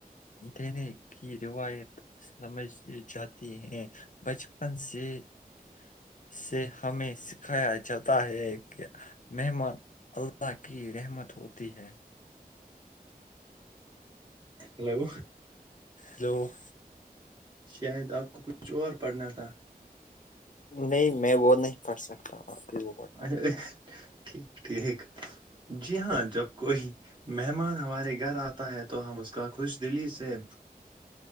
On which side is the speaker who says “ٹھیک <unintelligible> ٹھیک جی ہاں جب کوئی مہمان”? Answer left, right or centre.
Right